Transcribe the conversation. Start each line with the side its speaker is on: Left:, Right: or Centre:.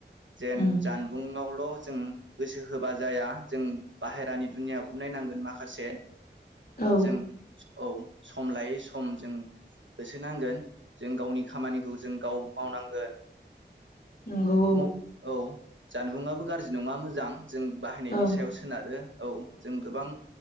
Right: जेन
Left: उम
Right: जानबुंआवल' जों गोसो होबा जाया जों बाहेरानि दुनियाखौ नायनांगोन माखासे
Left: औ
Right: जों औ सम लायै सम जों होसोनांगोन जों गावनि खामानिखौ जों गाव मावनांगोन
Left: नंगौ औ
Right: म औ। जानबुंआबो गाज्रि नङा मोजां जों बाहायनायनि
Left: ओं
Right: सायाव सोनारो, औ जों गोबां